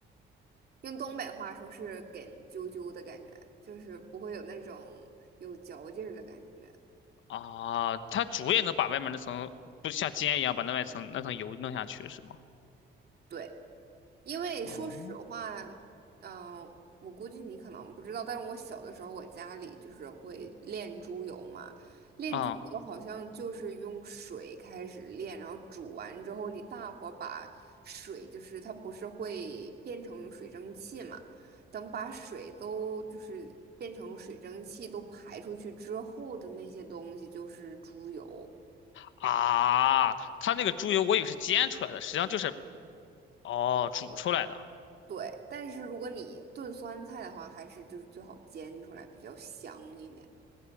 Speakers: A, on the right; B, on the left.
A: 用东北话说是“梗啾啾”的感觉，就是不会有那种有嚼劲儿的感觉。
B: 啊。它煮也能把外面那层，不像煎一样把那外层那层油弄下去是吗？
A: 对，因为说实话，
B: 哦，
A: 嗯、我估计你可能不知道，但是我小的时候，我家里就是会炼猪油嘛。炼猪油好像就是用水开始炼，
B: 嗯
A: 然后煮完之后，你大火把水，就是它不是会变成水蒸气嘛？等把水都就是变成水蒸气都排出去之后的那些东西，就是猪油。
B: 啊，它那个猪油我以为是煎出来的，实际上就是哦煮出来的。
A: 对，但是如果你炖酸菜的话，还是就是最好煎出来比较香一点。